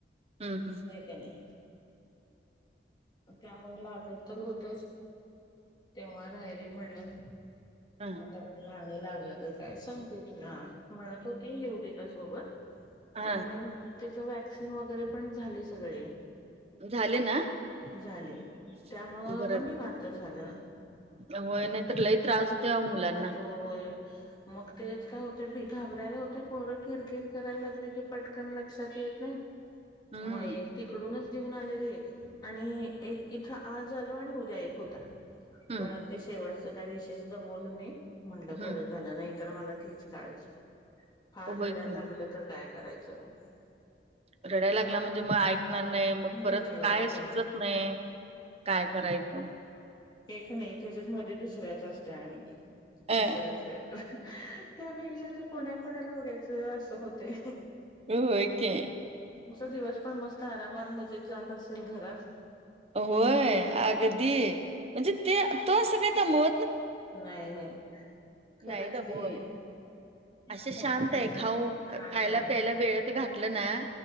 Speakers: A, on the right; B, on the left.
A: हम्म
B: होय क नई. त्यामुळे लागत तर होतच, तेव्हा रायली म्हणलं.
A: हम्म
B: आता रा लागलं तर काय सांगते तुला, म्हणत होती येऊ दे ग सोबत.
A: हा
B: आणि मेन तीच वॅक्सिन वगैरे पण झाली सगळे.
A: झाले ना,
B: झाले
A: <inaudible>
B: त्यामुळं
A: बर
B: मग निवांत झालं
A: होय नाही तर लई त्रास होतोय अहो मुलांना.
B: होय मग तेच काय होते <unintelligible> उठायला होतय पोर किरकिर करायला लागले की पटकन लक्षात येत नाही.
A: हम्म
B: मग एक तिकडूनच ते ऊन आलेली एक आणि एक इथं आज आलो आणि उद्या एक होता.
A: हम्म
B: पण ते शेवट च काही विशेष दमवलं नाही. म्हणलं बरं
A: हम्म
B: झालं नाही. तर मला तीच काळजी. हा
A: होय
B: रडायला
A: की
B: लागल तर काय करायचं? <inaudible>
A: रडायला लागला म्हण जे मग ऐकणार नाही. मग परत
B: भीती वाटते.
A: काय सुचत नाही. काय करायचं.
B: हे क नाही त्याज्याचमध्ये दुसऱ्याचं अस त्या आणि
A: अ
B: तिसरंच काहीतर त्यापेक्षा ते कोणा कोणाला बघाय चं असं होतंय.
A: अम्म होय की.
B: दिवस पण मस्त आरामात मजेत जात असेल घरात
A: होय अगदी म्हणजे ते तो असं काही तर म
B: नाही नाही. खरंच
A: नाही दमवून
B: की
A: असं
B: शहाणा
A: शांत
B: बिचारा
A: आहे. खाऊ
B: शांत
A: खायला
B: आहे
A: प्यायला वेळेत घातलं ना